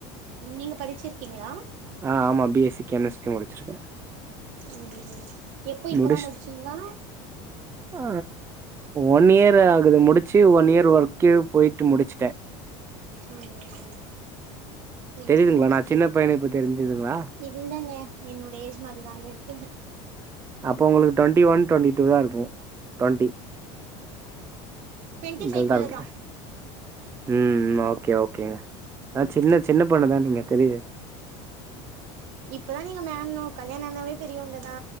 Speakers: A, on the right; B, on the right.
A: நீங்க படிச்சு இருக்கீங்ளா
B: ஆ ஆமா பி எஸ் சி கெமிஸ்ட்ரி முடிச்சிருக்
A: ம் எப்போ இப்பதா
B: முடிச்
A: முடிச்சிங்ளா
B: ஆ ஒன் இயர் ஆகுது முடிச்சு ஒன் இயர் ஒர்க்கே போயிட்டு முடிச்சிட்டே
A: ம் செரி
B: தெரியுதுங்ளா
A: செரி
B: நா சின்ன பையனு இப்ப தெரிஞ்சுதுங்ளா
A: இல்லங்க என்னோட ஏஜ் மாரிதாங்க இருக்கு
B: அப்ப உங்ளுக்கு டொன்டி ஒன் டொண்டி டூ தா இருக்கு டொன்டி
A: டுவெண்ட்டி
B: இதுல்தா
A: ஃபைவ்க்குள்ளதா
B: இருகுல ம் ஓகே ஓகேங்க
A: ம்
B: அ சின்ன சின்ன பொண்ணுதா நீங்க தெரிது
A: இப்பதா நீங்க மேம்னு கல்யாண்ணானாவே பெரியவங்கதா